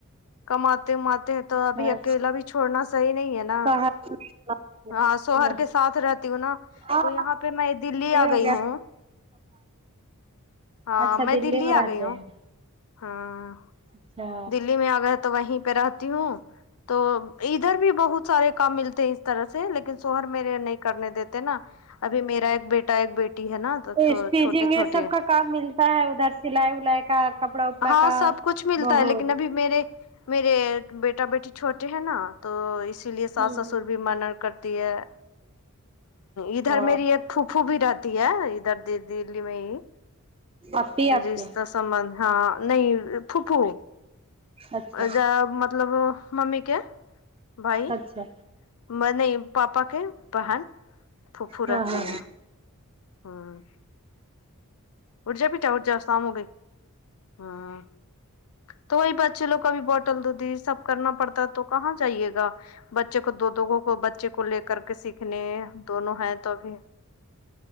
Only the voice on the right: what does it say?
اچھا
شہر
شہر
نا
ہاں
ہو
گیا
اچھا
رہتے
ہیں
اچھا
اسٹیچنگ
یہ سب کا کام ملتا ہے ادھر سلائی ولائی کا کپڑا وپڑا
کا
بہت
ہ
ہ
ا
آپی آپ
کے
اچھا
اچھا
ہاں ہاں